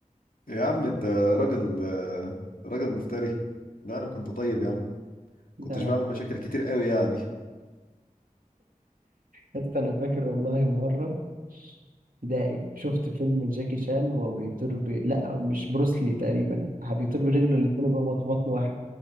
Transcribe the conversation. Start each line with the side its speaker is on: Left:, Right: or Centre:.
Left: يا عم انت راجل آه، راجل مفتري لا انا كنت طيب يا عم كنتش
Right: انا
Left: بعمل مشاكل كتير قوي يعني
Right: بس انا فاكر والله مره ابتدائي شفت فيلم جاكي شان وهو بيطير ب... لا مش بروسلي تقريبا بيطير برجله الاتنين وبيخبط في بطن واحد